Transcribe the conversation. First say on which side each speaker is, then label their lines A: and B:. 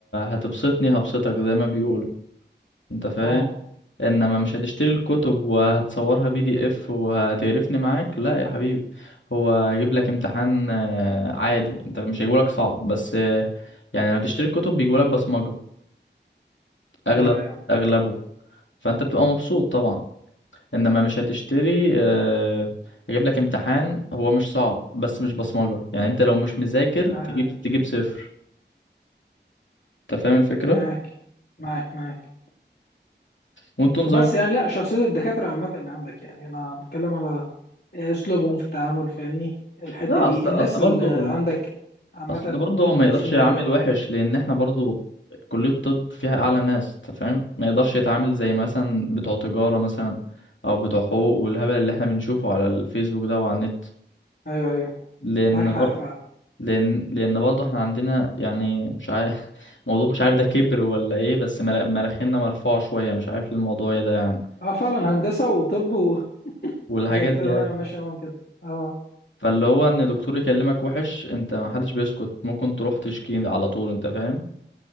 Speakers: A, on the left; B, on the left.
A: هتبسطني هبسطك زي ما بيقولوا انت فاهم
B: أه
A: انما مش هتشتري الكتب وهتصورها بي دي اف وهتقرفني معاك لا يا حبيبي هو هيجيب لك امتحان آه، عادي انت مش هيجيبولك صعب بس آه، يعني لما تشتري الكتب بيجيبولك بصمجة اغلب
B: أيوه أيوه
A: اغلبه فانت بتبقى مبسوط طبعا انما مش هتشتري آه، هيجيب لك امتحان هو مش صعب بس مش بصمجة يعني انت لو مش مذاكر تجيب
B: أيوه أيوه
A: تجيب صفر انت فاهم الفكرة
B: معاك معاك معاك
A: وانتوا نظام
B: بس يعني لا شخصية الدكاترة عامة اللي عندك يعني أنا بتكلم على أسلوبهم في التعامل فاهمني الحتة
A: لا
B: دي
A: اصل اصل
B: الناس
A: برضه
B: اللي عندك عامة
A: اصل برضه هو
B: كويسين
A: ما يقدرش يعامل
B: ولا لأ
A: وحش لان احنا برضه كلية طب فيها اعلى ناس انت فاهم ما يقدرش يتعامل زي مثلا بتوع تجارة مثلا او بتوع حقوق والهبل اللي احنا بنشوفه على الفيسبوك ده وعلى النت
B: أيوه أيوه
A: لان
B: معاك حق
A: بر...
B: فعلا
A: لان لان برضه احنا عندنا يعني مش عارف <laughs> موضوع مش عارف ده كبر ولا ايه بس مر- مراخيننا مرفوعة شوية مش عارف الموضوع ايه ده يعني
B: أه فعلا هندسة وطب وهي
A: والحاجات
B: بتبقى
A: دي
B: فعلا
A: ايوه
B: ماشية معاهم كده أه
A: فاللي هو ان دكتور يكلمك وحش انت ما حدش بيسكت ممكن تروح تشكي على طول انت فاهم